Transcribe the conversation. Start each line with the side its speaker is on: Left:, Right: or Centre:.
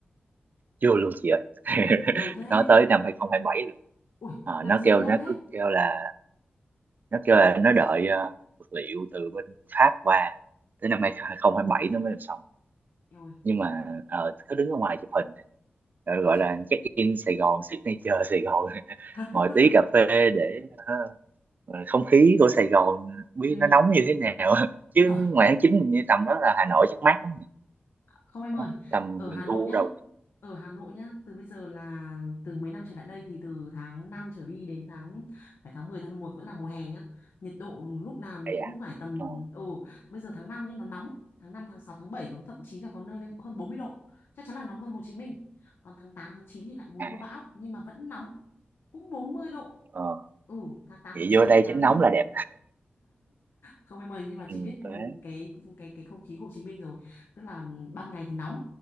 Right: chưa luôn chị ơi <laughs>
Left: Ui, lâu thế.
Right: nó tới năm 2027 rồi
Left: Ui,
Right: Ờ,
Left: làm
Right: nó
Left: gì
Right: kêu
Left: mà lâu
Right: nó
Left: thế?
Right: cứ kêu là nó kêu là nó đợi ờ, vật liệu từ bên Pháp qua tới năm 2027 nó mới làm xong
Left: Eo ơi,
Right: nhưng mà ờ, cứ đứng ở ngoài chụp hình Ờ, gọi
Left: trời.
Right: là check in Sài Gòn signature Sài Gòn <laughs>
Left: <laughs>
Right: ngồi tí cà phê để ờ, ờ, không khí của Sài Gòn biết
Left: Ừ.
Right: nó nóng như thế nào <laughs> chứ
Left: Ôi trời,
Right: ngoài tháng chín mình như tầm đó là Hà Nội chắc mát lắm nhỉ?
Left: Không em ơi,
Right: Ờ, tầm
Left: ở
Right: gần
Left: Hà Nội
Right: thu
Left: nhá.
Right: đầu
Left: Ở Hà Nội nhá, từ bây giờ là từ mấy năm trở lại đây thì từ tháng 5 trở đi đến tháng phải tháng mười tháng 11 vẫn là mùa hè nhá. Nhiệt độ lúc nào nó
Right: vậy
Left: cũng
Right: à
Left: phải tầm
Right: ờ,
Left: ừ, bây giờ tháng 5 nhá nó nóng, tháng 5 tháng 6 tháng 7 còn thậm chí là có nơi lên hơn 40 độ. Chắc chắn là nóng hơn Hồ Chí Minh. Còn tháng 8 tháng 9 thì lại mùa mưa
Right: à
Left: bão nhưng mà vẫn nóng, cũng 40 độ.
Right: ờ.
Left: Ừ, tháng tám
Right: vậy
Left: tháng chín
Right: vô đây
Left: còn tháng
Right: tránh nóng là đẹp
Left: không em ơi nhưng mà
Right: ừ,
Left: chị biết ừ,
Right: đấy
Left: cái cái cái không khí Hồ Chí Minh rồi tức là ừ, ban ngày thì nóng